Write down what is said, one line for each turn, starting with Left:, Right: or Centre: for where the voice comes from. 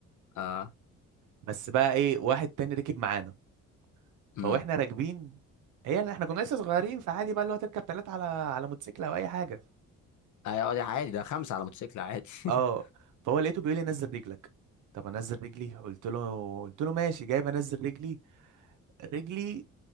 Left: اه
Right: بس بقى ايه واحد تاني ركب معانا
Left: امم
Right: فواحنا راكبين هي اللي احنا كنا لسه صغيرين فعادي بقى اللي هو تركب ثلاثه على على موتوسيكل او اي حاجه
Left: ايوه دي عادي ده خمسه على موتوسيكل عادي <laughs>
Right: اه فهو لقيته بيقول لي نزل رجلك طب انزل رجلي قلت له قلت له ماشي جايب انزل رجلي رجلي